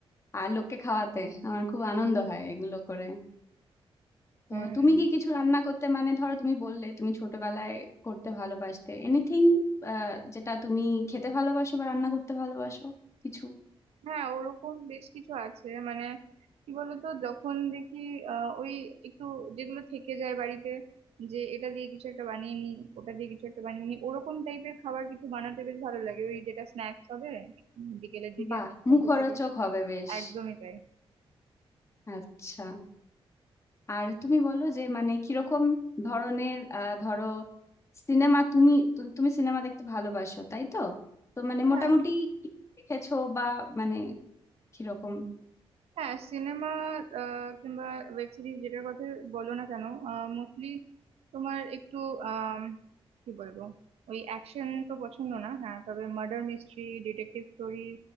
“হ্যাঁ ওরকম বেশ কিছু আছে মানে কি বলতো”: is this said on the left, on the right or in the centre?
Right